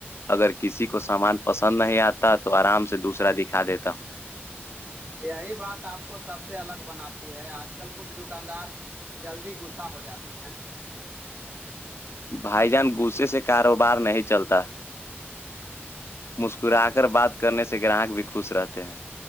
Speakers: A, on the left (about 75°); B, on the right (about 45°).
A: اگر کسی کو سامان پسند نہیں آتا تو آرام سے دوسرا دکھا دیتا ہوں
B: یہی بات آپ کو سب سے الگ بناتی ہے آج کل کچھ دکاندار جلدی غسہ ہو جاتے ہیں
A: بھائی جان غصے سے کاروبار نہیں چلتا مسکرا کر بات کرنے سے گراہک بھی خوش رہتے ہیں